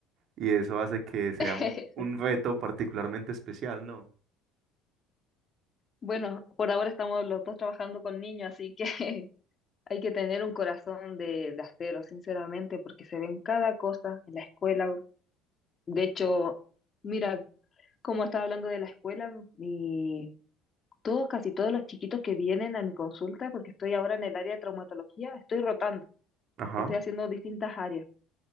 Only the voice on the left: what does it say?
<laughs>
Bueno, por ahora estamos los dos trabajando con niños, así que <laughs> hay que tener un corazón de, de acero, sinceramente, porque se ven cada cosa en la escuela. De hecho, mira, como estaba hablando de la escuela, mi, todos, casi todos los chiquitos que vienen a mi consulta, porque estoy ahora en el área de traumatología, estoy rotando,
estoy haciendo distintas áreas.